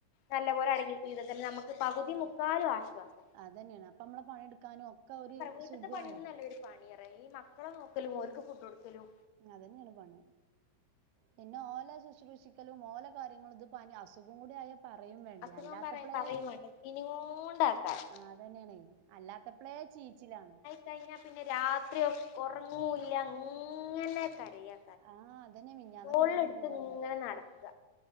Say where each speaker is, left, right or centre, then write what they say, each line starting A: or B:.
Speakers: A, on the left; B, on the right.
A: നല്ലപോലെ അടങ്ങി ചെയ്താൽ തന്നെ നമുക്ക് പകുതി മുക്കാലും ആശ്വാസം
B: അതന്നാണ് അപ്പൊ നമ്മളെ പണിയെടുക്കാനും ഒക്കെ ഒരു
A: വീട്ട്ത്തെ
B: സുഖുആണേ
A: പണിയൊന്നും അല്ല ഒരു പണിയറ ഈ മക്കളെ നോക്കലും ഒര്ക്ക് ഫുഡ് കൊടുക്കലും
B: അതന്നെ എണ്പണി പിന്നെ ഓല ശുശ്രൂഷിക്കലും ഓല കാര്യങ്ങളും ഇത് പനിഅസുഖംകൂടിയായാൽ പറയും വേണ്ടേ
A: അസുഖം
B: അല്ലാത്തപ്പളെ
A: പറ പറയും വേണ്ട ക്ഷീണിങ്ങോണ്ടാക്കാരം
B: ആ അതന്നെയാണ് അല്ലാത്തപ്പളെ ചീച്ചിലാണ്
A: കഴിഞ്ഞാൽ പിന്നെ രാത്രി ഉറങ്ങുല്ല ഇങ്ങനെ കരയാ
B: ആ അതന്നെ മിഞ്ഞാന്നൊക്കെ
A: തോള്എടുത്ത്
B: ഞാൻ ഇതേപോലെ
A: ഇങ്ങനെ നടക്ക